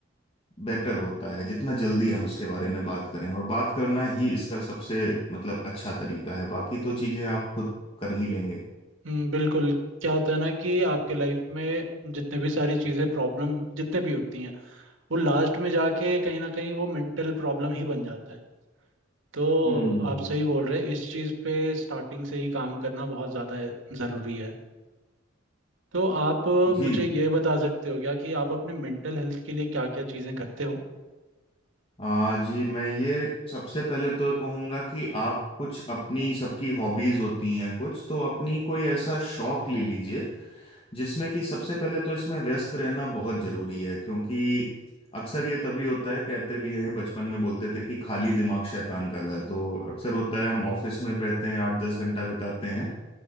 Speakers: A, on the left (about 30°); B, on the right (about 75°).
A: बेटर होता है जितना जल्दी हम इसके बारे में बात करें और बात करना ही इसका सबसे मतलब अच्छा तरीका है बाकी तो चीजें आप खुद कर ही लेंगे
B: हम्म, बिल्कुल क्या होता है ना कि आपके लाइफ में जितने भी सारी चीज़ें प्रॉब्लम जितने भी होती हैं वो लास्ट में जाके कहीं ना कहीं वो मेंटल प्रॉब्लम ही बन जाता है तो
A: हम्म
B: आप सही बोल रहे हैं इस चीज़ पे स्टार्टिंग से ही काम करना बहुत ज़्यादा ज़रूरी है तो आप अ,
A: जी
B: मुझे ये बता सकते हो क्या कि आप अपने मेंटल हेल्थ के लिए क्या क्या चीज़ें करते हो
A: आ, जी मैं ये सबसे पहले तो कहूँगा कि आप कुछ अपनी सबकी हॉबीज होती हैं कुछ तो अपनी कोई ऐसा शौक ले लीजिए जिसमें कि सबसे पहले तो इसमें व्यस्त रहना बहुत जरूरी है क्योंकि अक्सर ये तभी होता है कहते भी हैं बचपन में बोलते थे कि खाली दिमाग शैतान का घर तो अक्सर होता है हम ऑफिस में रहते हैं आठ दस घंटा बिताते हैं